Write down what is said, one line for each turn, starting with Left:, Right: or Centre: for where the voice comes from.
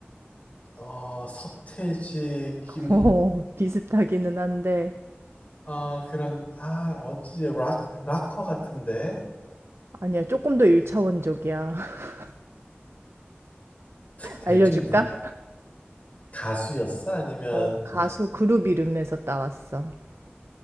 Left: 어, 서태지, 김,
Right: <laughs> 어, 비슷하기는 한데
Left: 아, 그런, 아, 어찌지, 락, 락커 같은데?
Right: 아니야, 조금 더 일차원적이야 <laughs>
Left: 대충
Right: 알려줄까?
Left: 뭐 가수였어? 아니면,
Right: 어, 가수 그룹 이름에서 따왔어. <laughs>